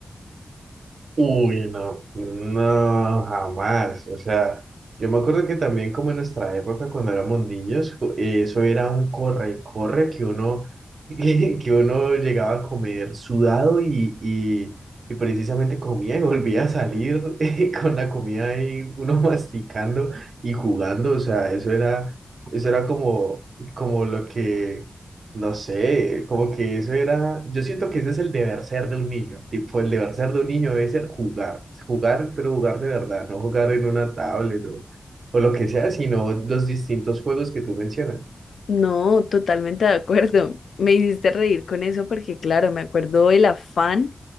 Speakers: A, on the right; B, on the left.
A: Uy, no, no, jamás. O sea, yo me acuerdo que también como en nuestra época, cuando éramos niños, co- eh, eso era un corre y corre que uno, <laughs> que uno llegaba a comer sudado y, y, y precisamente comía y volvía a salir <laughs> eh, con la comida ahí, uno <laughs> masticando y jugando. O sea, eso era, eso era como, como lo que no sé, como que eso era, yo siento que ese es el deber ser de un niño, tipo el deber ser de un niño debe ser jugar, jugar, pero jugar de verdad, no jugar en una tablet o, o lo que sea, sino los distintos juegos que tú mencionas.
B: No, totalmente de acuerdo. <laughs> Me hiciste reír con eso porque, claro, me acuerdo el afán,